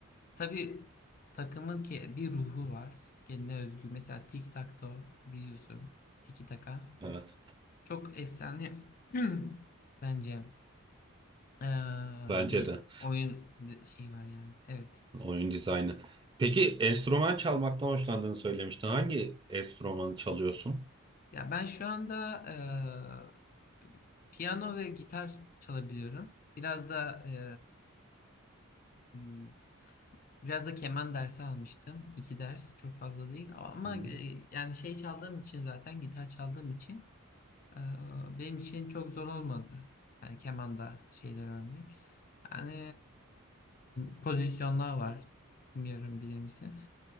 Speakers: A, on the left; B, on the right.
A: tabii takımın ki bir ruhu var. Kendine özgü. Mesela Tic Tac Toe biliyorsun. Tiki Taka.
B: Evet.
A: Çok efsane <clears throat> bence ee,
B: Bence
A: bir
B: de
A: oyun di- şeyi var yani. Evet.
B: oyun dizaynı. Peki enstrüman çalmaktan hoşlandığını söylemiştin. Hangi enstrümanı çalıyorsun?
A: Ya ben şu anda ee, piyano ve gitar çalabiliyorum. Biraz da e, Hmm, Biraz da keman dersi almıştım. İki ders çok fazla değil ama
B: Hı.
A: e, yani şey çaldığım için zaten gitar çaldığım için e, benim için çok zor olmadı. Yani kemanda şeyler örmek. Yani e, pozisyonlar var. Bilmiyorum bilir misin?